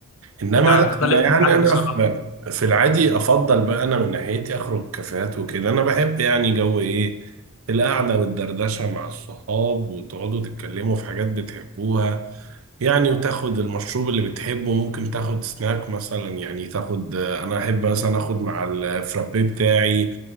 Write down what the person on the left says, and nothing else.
لا
انا اختلف
معاك بصراحه